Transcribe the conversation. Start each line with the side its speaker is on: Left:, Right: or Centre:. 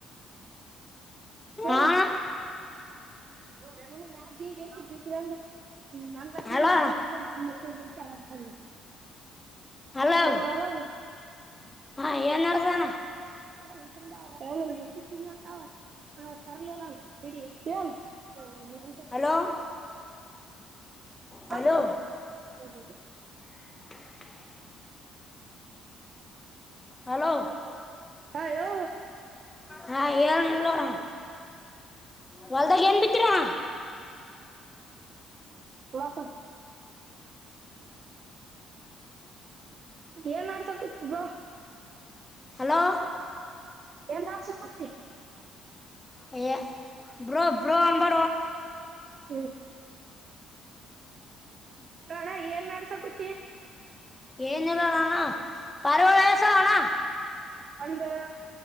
Left: ಹಾ
Right: ಏನು <unintelligible>
Left: ಹಲೋ
Right: <unintelligible>
Left: ಹಲೋ
Right: ಹ <unintelligible>
Left: ಹಾ ಏನ್ಡ್ದನಾ
Right: ಹ <unintelligible> ಹಾ ಕರ್ಲ ಬಿಡಿ ಏನು ಸಾಕು
Left: ಹಲೋ ಹಲೋ
Right: ಬಿಡೋ <unintelligible>
Left: <inaudible> ಹಲೋ
Right: ಅ ಹೇಳೋ
Left: ಹಾ ಏಳು ನಲ್ಲೋರ ಹೋಲ್ದಾಗ ಏನ್ ಬಿತ್ರರಾ
Right: ಮತ್ತ ಏನ್ ನಡ್ಸಕೂತಿ ಬ್ರೋ
Left: ಹಲೋ <unintelligible>
Right: ಏನು ಮಾಡ್ಸ ಕುಂತಿ
Left: ಹೆ ಬೋ ಬ್ರೋನ್ <unintelligible>
Right: ಹ್ಮ ಹ ಣ ಏನ್ ಮಾಡ್ಸ ಗುತ್ತಿ
Left: ಏನ್ನಲ್ಲ ಅಣ್ಣ ಪಾರಿವಾಳ ಎಷ್ಟಿದೆ ಅಣ್ಣ
Right: ಒಂದು